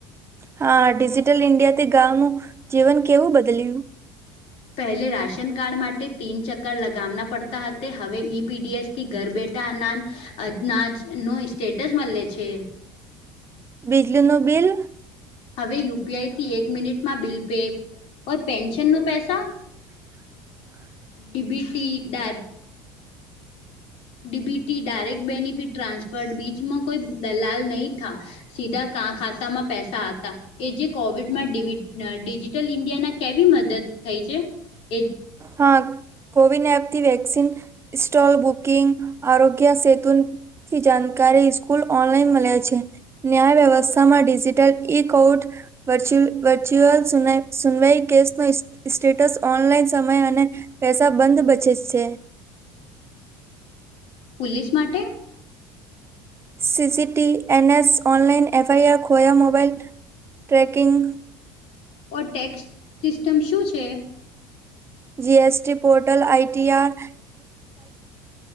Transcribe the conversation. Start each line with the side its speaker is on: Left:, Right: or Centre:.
Right: હા ડિજિટલ ઈન્ડિયા થી ગામનું જીવન કેવું બદલ્યું?
Left: પહેલે રાશન કાર્ડ માટે તીન ચક્કર લગાવના પડતા હતા હવે ઈપીડીએસ કે ઘર બેઠા અના અનાજ નો સ્ટેટસ મળે છે.
Right: બિજલીનું બિલ
Left: હવે યુપીઆઈ થી એક મિનિટમાં બિલ પે ઓ પેન્શન નો પૈસા
Right: <inaudible>
Left: ડીબીટી ડેટ ડીબીટી ડાયરેક્ટ બેનિફિટ ટ્રાન્સફર બીચમાં કોઈ દલાલ નહીં થા. સીધાા ખાતામાં પૈસા હતા‌. એ જે કોવિડમાં ડિજિટલ ઇન્ડિયાના કેવી મદદ થઈ છે? એ
Right: હા કોવિન એપથી વેક્સિન સ્ટોલ, બુકિંગ, આરોગ્ય સેતુ થી જાણકારી સ્કૂલ ઓનલાઈન મળે છે. ન્યાય વ્યવસ્થામાં ડિજિટલ ઇ કઉટ વર્ચ્યુઅલ સુનવાઈ કેસ ન સ્ટેટસ ઓનલાઈન સમય અને પૈસા બંધ બચે છે.
Left: પોલીસ માટે
Right: સીસીટીવી એનએસ ઓનલાઇન એફઆઈઆર ખોયા મોબાઈલ ટ્રેકિંગ
Left: ઓ ટેક્સ સિસ્ટમ શું છે?
Right: જીએસટી પોર્ટલ આઈટીઆર